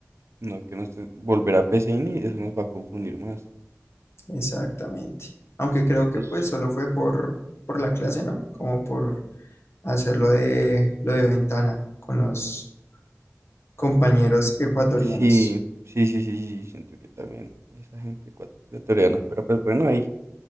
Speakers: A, on the right; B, on the left.
A: no que nos volver a PCIN y eso nos va a confundir más.
B: Exactamente. Aunque creo
A: Pero
B: que
A: pues
B: pues solo fue por, por la clase, ¿no? Como por hacer lo de, lo de ventana con los compañeros ecuatorianos.
A: Sí, sí, sí, sí, sí, siento que también esa gente ecuatoriana. Pero pues bueno, ahí